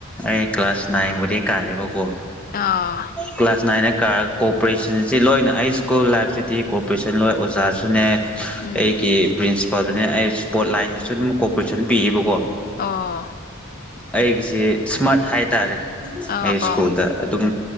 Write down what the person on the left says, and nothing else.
ꯑꯥ
ꯎꯝ
ꯑꯣꯑꯣ
ꯑꯥ
ꯑꯣ